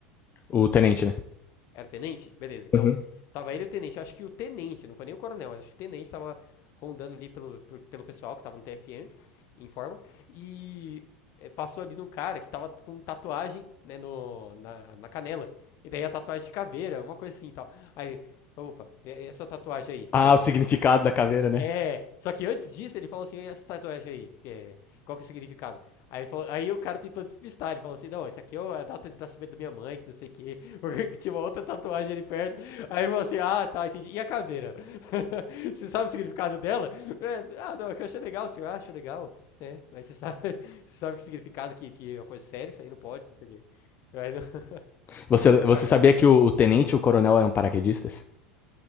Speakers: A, on the left; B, on the left.
A: O tenente, né?
B: Era tenente? Beleza, então.
A: Uhum.
B: Tava ele e o tenente. Acho que o tenente, não foi nem o coronel, mas acho que o tenente tava rondando ali pelo, pelo pessoal que tava no TFM, em forma. E eh, passou ali no cara que tava com tatuagem, né, no, na, na canela. E daí a tatuagem de caveira, alguma coisa assim e tal. Aí, opa, essa tatuagem aí,
A: Ah,
B: é,
A: o significado da caveira, né?
B: é, só que antes disso ele falou assim, "E essa tatuagem aí, que é- qual que é o significado? Aí, ele falou- aí o cara tentou despistar, ele falou assim, não, isso aqui é o- a data de nascimento da minha mãe, que não sei o quê, <laughs> porque tinha uma outra tatuagem ali perto. Aí ele falou assim, ah, tá, entendi. E a caveira? <laughs> Você sabe o significado dela? "É, ah, não, é que eu achei legal, senhor, ah, acho legal, né? Mas você sabe, <laughs> você sabe que significado que, que é uma coisa séria, isso aí não pode, não sei o quê. Aí, <laughs>
A: Você,
B: o
A: você
B: cagaço.
A: sabia que o, o tenente e o coronel eram paraquedistas?